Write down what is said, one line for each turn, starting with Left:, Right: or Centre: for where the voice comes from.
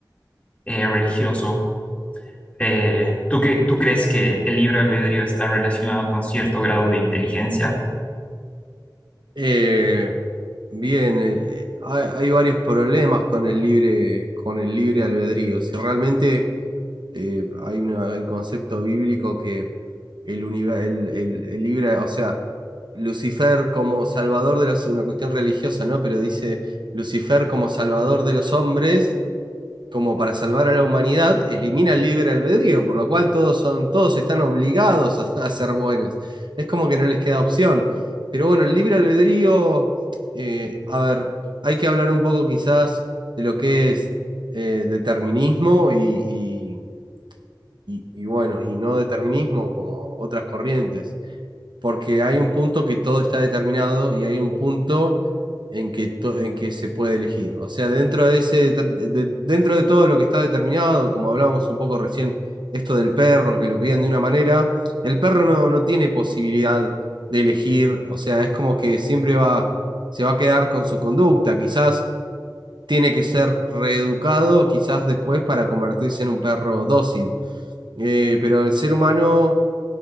Left: eh, religioso, eh, ¿tú, qué- tú crees que el libre albedrío está relacionado con cierto grado de inteligencia?
Right: Eh, bien, eh, hay, hay varios problemas con el libre, con el libre albedrío. Si realmente eh, hay una- hay un concepto bíblico que el, univer- el, el- el libre, o sea, Lucifer como salvador de los, una cuestión religiosa, ¿no? Pero dice Lucifer como salvador de los hombres como para salvar a la humanidad, elimina el libre albedrío, por lo cual todos son, todos están obligados a, <laughs> a ser buenos. Es como que no les queda opción. Pero bueno, el libre albedrío, eh, a ver, hay que hablar un poco quizás de lo que es eh, determinismo y, y- y- y bueno, y no determinismo como otras corrientes porque hay un punto que todo está determinado y hay un punto en que, to- en que se puede elegir. O sea, dentro de ese, de- de- dentro de todo lo que está determinado, como hablábamos un poco recién, esto del perro, que lo crían de una manera, el perro no, no tiene posibilidad de elegir, o sea, es como que siempre va, se va a quedar con su conducta, quizás tiene que ser reeducado, quizás después para convertirse en un perro dócil. Eh, pero el ser humano